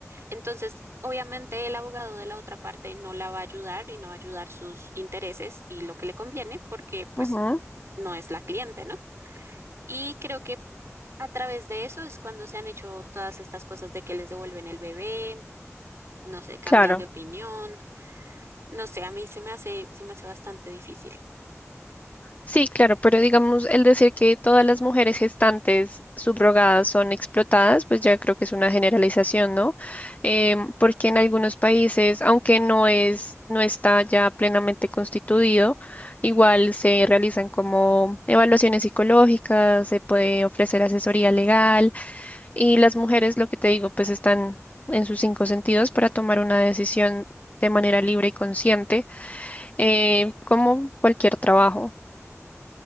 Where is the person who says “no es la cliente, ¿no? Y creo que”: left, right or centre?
Right